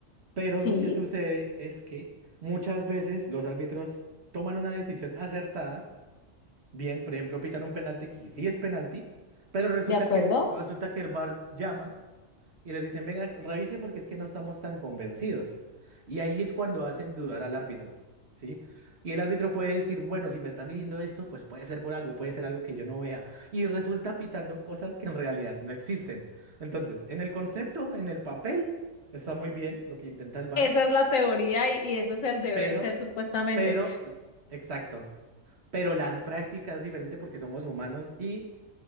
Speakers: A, on the right; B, on the left.
A: pero
B: Sí,
A: lo que sucede es que muchas veces los árbitros toman una decisión acertada Bien, por ejemplo, pitan un penalti que sí es penalti, pero resulta
B: de acuerdo.
A: que, resulta que el VAR llama y les dicen, venga, revise porque es que no estamos tan convencidos. Y ahí es cuando hacen dudar al árbitro, ¿sí? Y el árbitro puede decir, bueno, si me están diciendo esto, pues puede ser por algo, puede ser algo que yo no vea. Y resulta pitando cosas que en realidad no existen. Entonces, en el concepto, en el papel, está muy bien lo que intenta el VAR,
B: Esa es la teoría y, y ese es el deber
A: pero,
B: ser supuestamente.
A: pero, exacto. Pero la práctica es diferente porque somos humanos y